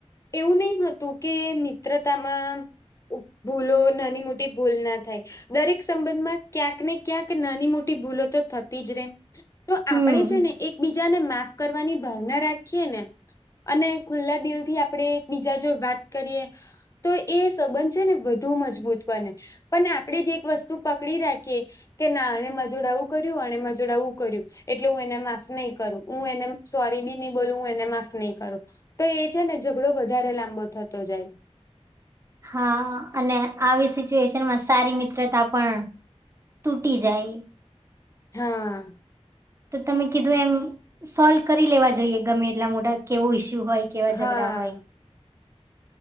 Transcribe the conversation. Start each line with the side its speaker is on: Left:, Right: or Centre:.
Left: એવું નહ હતુ કે મિત્રતામા ભૂલો નાની મોટી ભૂલ ના થાય. દરેક સંબંધમાં ક્યાંક ને ક્યાંક નાની મોટી ભૂલો તો થતી જ ર તો
Right: હમ
Left: આપણેે છેને, એકબીજાને માફ કરવાની ભાવના રાખીએ ને અને ખુલ્લા દિલ થી આપણે એક બીજા જો વાત કરીએ તો એ સંબંધ છેને, વધુ મજબૂત બને પણ આપણેે જ એક વસ્તુ પકડી રાખીએ કે ના એણે મ જોોડા એું કર્યુ અને મજોડા આવું કર્યુ એટલે હુ એને માફ નહી કરુ હુ એને સોરી બી નહી, બોલુ હુ એને માફ નહી કરો તો એ છે ને ઝઘડો વધારે લાંબો થતો જાય.
Right: હા અને આવી સિચ્યુએશનમાં સારી મિત્રતા પણ તૂટી જાય.
Left: હા
Right: તો તમે કીધું એમ સોલ્વ કરી લેવા જોઈએ ગમે એટલા મોટા કેવો ઈસ્યુ હોય. કેવા
Left: હા
Right: ઝઘડા હોય.